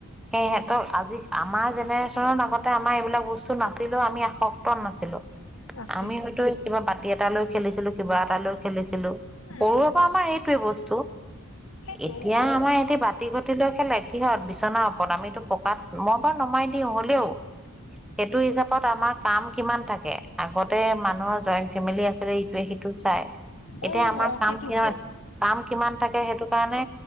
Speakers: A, in the centre; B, on the left (about 70°).
A: সেইটো আজি আমাৰ জেনেৰেশ্যনৰ আগতে আমাৰ এইবিলাক বস্তু নাছিলেও আমি আসক্তোও নাছিলোঁ। হেলো
B: আছিল
A: <inaudible> আমি হয়তো কিবা বাতি এটা লৈ খেলিছিলো। কিবা এটালৈ খেলিছিলো
B: উম
A: সৰুৰে পৰা আমাৰ এইটোৱে বস্তু
B: সেইটোৱে
A: এতিয়া আমাৰ সিহতি বাটি-ঘটি লৈ খেলে কিহঁত বিচনাৰ ওপৰত, আমিতো পকাত মই বাৰু নমাই দিওঁ হ'লেও সেইটো হিচাপত <inaudible> আমাৰ কাম কিমান থাকে আগত তাতে মানুহৰ জইণ্ট ফেমিলি আছিলে ইটোৱে সিটো চাই।
B: অ
A: এতিয়া আমাৰ কাম
B: সেইটো
A: কিমান
B: হয়
A: কাম কিমান থাকে সেইটো কাৰণে